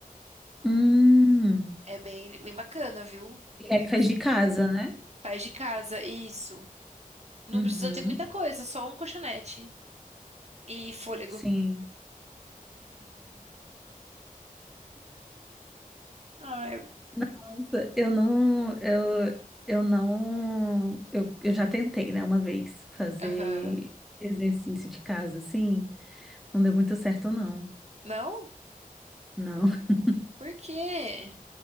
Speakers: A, in the centre; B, on the right.
A: Hum.
B: É bem, bem bacana, viu?
A: E
B: E
A: aí
B: pro,
A: faz de casa, né?
B: faz de casa, isso. Não
A: Uhum.
B: precisa ter muita coisa, só um colchonete e fôlego.
A: Sim.
B: Ai,
A: Nossa, eu não, eu, eu não, eu, eu já tentei, né, uma vez fazer
B: aham.
A: exercício de casa, assim, não deu muito certo, não.
B: Não?
A: Não, <laughs>
B: Por quê?